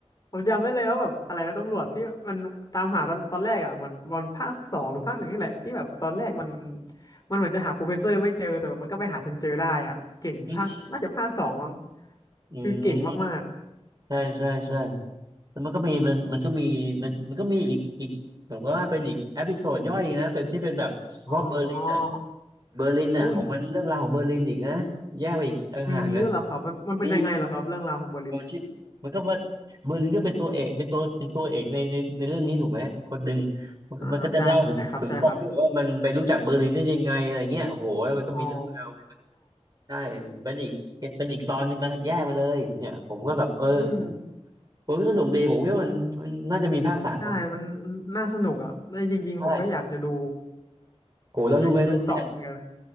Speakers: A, on the left (about 35°); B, on the right (about 35°).
A: ผมจำได้เลยว่าแบบอะไรนะตำรวจที่มันตามหาตอนตอนแรกอ่ะเหมือนตอนภาคสองหรือภาคหนึ่งนี่แหละที่แบบตอนแรกมันมันเหมือนจะหาโปรเฟสเซอร์ไม่เจอแต่แบบมันก็ไปหาจนเจอได้อ่ะเก่งภาคน่าจะภาคสองมั้ง
B: อืมอ
A: คือเก่งมาก
B: ใช่ใช่ใช่แล้วมันก็มีมันมันก็มีมันมันก็มีอีกอีกผมก็ว่าเป็นอีกเอพิโซดย่อยนะเป็นที่เป็นแบบเฉพาะเบอร์ลินอะ
A: ๆอ๋อ
B: เบอร์ลินอะของมันเรื่องราวของเบอร์ลินอีกนะแยกไปอีกต่างหากนะ
A: อุ้ยมีมีด้วยเหรอครับมันมันเป็นยังไงเหรอครับเรื่องราวของเบอร์ลิน
B: นี่ มันชิมันก็ว่าเบอร์ลินก็เป็นตัวเอกเป็นตัวเป็นตัวเอกในในในเรื่องนี้ถูกไหมอีกคนหนึ่งมันก็มันก็จะเล่าถึงถึงปมที่แบบว่ามันไปรู้จักเบอร์ลินได้ยังไงอะไรเงี้ยโอ้โหมันก็มีเรื่องราว
A: อ่าใช่ครับใช่ครับอ๋อ
B: ใช่ เป็นอีกเป็นอีกตอนหนึ่งต่างแยกไปเลยเนี่ยผมก็แบบเออผม
A: อืม
B: ผมก็สนุกดีผมคิดว่ามันมันน่าจะมีภาคสามเพราะ
A: ใช่มันน่าสนุกอ่ะแต่จริงๆผมก็อยากจะดู
B: ใช่โหแล้วรู้ไหมเรื่องเนี้ย
A: ผมอยากจะดูต่อเหมือนกัน